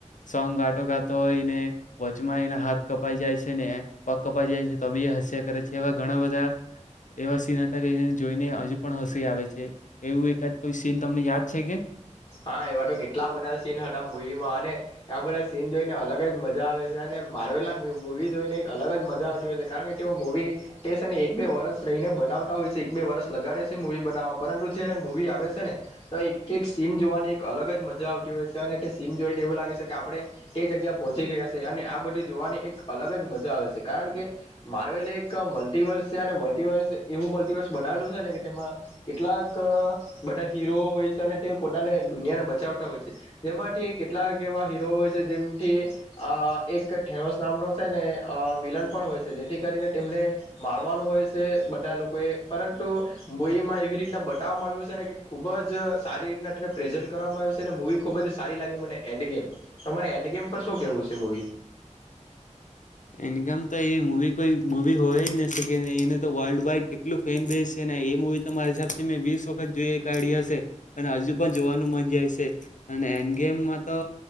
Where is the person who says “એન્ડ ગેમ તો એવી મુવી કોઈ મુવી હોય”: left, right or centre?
Left